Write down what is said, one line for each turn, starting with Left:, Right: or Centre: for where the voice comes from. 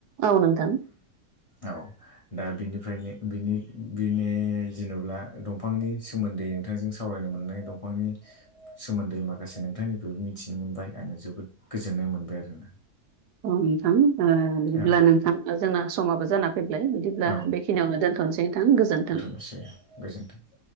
Right: औ नोंथां
Left: औ दा बिनिफ्रायनोनि बिनि बिनो जेनेवबा दंफांनि सोमोन्दै नोंथांजों सावरायनो मोननाय दंफांनि सोमोन्दै माखासे माखासे नोंथांनिफ्रायबो मिथिनो मोनबाय आङो जोबोद गोजोननाय मोनबाय आरोना
Right: अनोंथां बिदिब्ला
Left: औ
Right: नोंथां जोंना समाबो जाना फैबाय बिदिब्ला
Left: औ
Right: बेखिनियावनो दोनथ'नोसै थां गोजोन्थों।
Left: एसे गोजोन्थों।